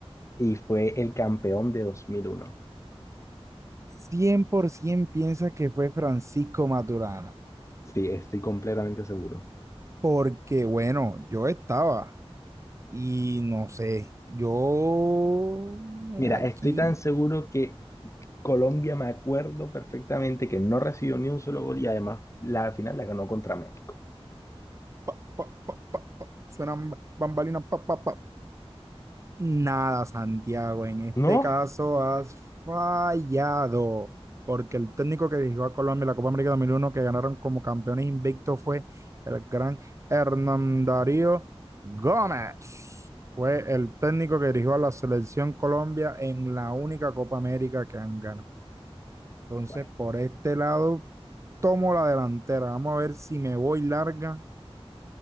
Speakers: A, on the left; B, on the right.
A: y fue el campeón de 2001.
B: 100% piensa que fue Francisco Maturana,
A: Sí, estoy completamente seguro.
B: porque bueno, yo estaba y no sé, yo eh,
A: Mira,
B: aquí
A: estoy tan seguro que Colombia, me acuerdo perfectamente que no recibió ni un solo gol y además la final la ganó contra México.
B: pa, pa, suenan bambalinas, pa, pa, pa, Nada, Santiago, en este
A: ¿No?
B: caso has fallado, porque el técnico que dirigió a Colombia en la Copa América 2001 que ganaron como campeones invictos, fue el gran Hernán Darío Gómez. Fue el técnico que dirigió a la selección Colombia en la única Copa América que han ganado. Entonces,
A: Bueno.
B: por este lado, tomo la delantera. Vamos a ver si me voy larga